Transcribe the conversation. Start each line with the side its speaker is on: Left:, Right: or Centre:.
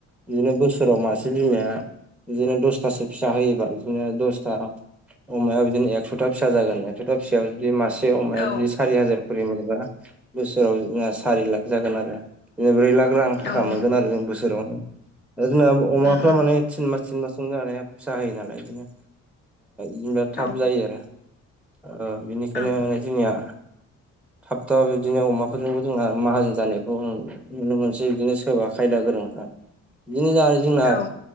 Centre: बिदिनो बोसोराव मासे बिमाया बिदिनो दसथासो फिसा होयोबा बिदिनो दसथा अमायाव बिदिनो एकस'था फिसा जागोन एकस'था फिसायाव जुदि मास बे अमाया
Left: औ
Centre: बिस सारि हाजार खरि मोनोबा बोसोराव जोङा सारि लाख जागोन आरो ब्रै लाख रां थाखा
Left: औ उम
Centre: मोनगोन आरो जों बोसोरावनो दा जोंना अमाफ्रा
Left: उम
Centre: माने तिन मास तिन मासजोंनो माने फिसा होयो नालाय ओ बिदिनो जेनबा थाब
Left: औ ओं
Centre: जायो आरो ओ बिनिखायनो
Left: औ
Centre: माने जोंनिया थाब थाब बिदिनो अमाफोरजोंबो जोंहा माहाजोन जानायखौ नुनो मोनसै बिदिनो सोरबा खायदा गोरोंफ्रा बिदिनो जा जोंना
Left: औ